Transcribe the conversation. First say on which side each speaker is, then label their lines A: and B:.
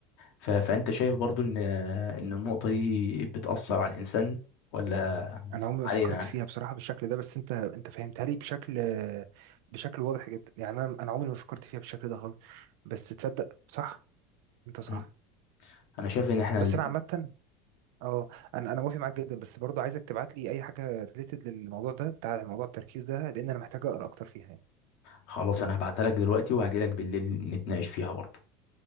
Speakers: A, on the left; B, on the right.
A: ف- فانت شايف برضو ان ان النقطة دي بتأثر على الانسان ولا
B: انا عمري ما
A: علينا
B: فكرت فيها
A: انا
B: بصراحه بالشكل ده بس انت انت فهمتها لي بشكل بشكل واضح جدا يعني انا انا عمري ما فكرت فيها بالشكل ده خالص بس تصدق صح انت صح
A: مم. انا شايف ان احنا
B: بس
A: الاتنين
B: انا عامه اه انا انا موافق معاك جدا بس برضه عايزك تبعت لي اي حاجه ريليتد للموضوع ده بتاع موضوع التركيز ده لان انا محتاج اقرا اكتر فيها يعني
A: خلاص انا هبعتها لك دلوقتي وهجيلك بالليل نتناقش فيها برضه